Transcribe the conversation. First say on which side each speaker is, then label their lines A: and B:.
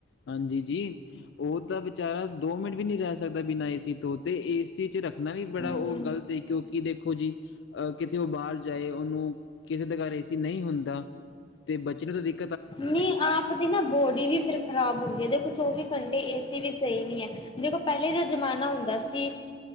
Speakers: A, on the left (about 65°); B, on the left (about 25°).
A: ਹਾਂਜੀ ਜੀ-ਜੀ ਉਹ ਤਾਂ ਬਿਚਾਰਾ ਦੋ ਮਿੰਟ ਵੀ ਨਹੀਂ ਰਹਿ ਸਕਦਾ ਬਿਨਾਂ ਏ ਸੀ ਤੋਂ। ਤੇ ਏ ਸੀ ਚ ਰੱਖ ਨਾ ਵੀ ਬੜਾ
B: ਹੂੰ,
A: ਉਹ ਗਲਤ ਹੈ। ਕਿਉਂਕਿ ਦੇਖੋ ਜੀ, ਆਹ! ਕਿਤੇ ਉਹ ਬਾਹਰ ਜਾਏ। ਉਹਨੂੰ ਕਿਸੇ ਦੇ ਘਰ ਏ ਸੀ ਨਹੀਂ ਹੁੰਦਾ ਤੇ ਬੱਚੇ ਨੂੰ ਤਾ ਦੇਖ
B: ਨੀਂ, ਆਪ ਦੀ ਨਾ ਬੋਡੀ ਵੀ ਫਿਰ ਖਰਾਬ ਹੁੰਦੀ ਐ ਦੇਖੋ, ਚੌਵੀ ਘੰਟੇ ਏਸੀ ਵੀ ਸਈ ਨਈਂ ਐ ਦੇਖੋ, ਪੈਲੇ ਜੇਆ ਜਮਾਨਾ ਹੁੰਦਾ ਸੀ